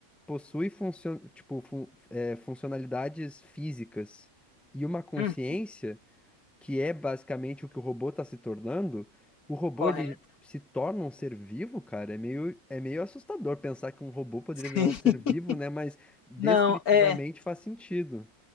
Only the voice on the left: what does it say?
hum,
correto.
<laughs>
Não, é.